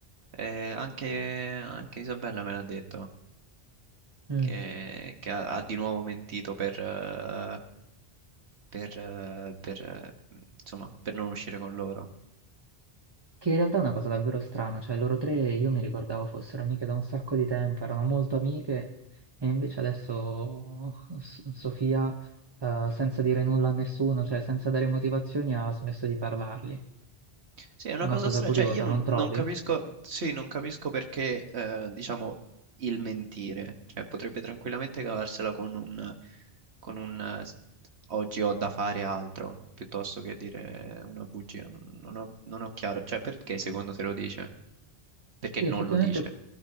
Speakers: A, on the right; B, on the right.
A: Eh, anche, anche Isabella me l'ha detto
B: Mm.
A: che, che ha, ha di nuovo mentito per, eh, per, eh, per, eh, insomma, per non uscire con loro.
B: Che in realtà è una cosa davvero strana, cioè loro tre io mi ricordavo fossero amiche da un sacco di tempo, erano molto amiche e invece adesso S- Sofia, eh, senza dire nulla a nessuno, cioè senza dare motivazioni, ha smesso di parlargli.
A: Sì, è una
B: È una
A: cosa
B: cosa
A: strana,
B: curiosa,
A: cioè io non,
B: non trovi?
A: non capisco, sì, non capisco perché, eh, diciamo, il mentire, cioè potrebbe tranquillamente cavarsela con un, con un eh, s- oggi ho da fare altro, piuttosto che dire una bugia, non, non ho, non ho chiaro, cioè perché secondo te lo dice? Perché
B: Sì,
A: non
B: effettivamente
A: lo dice?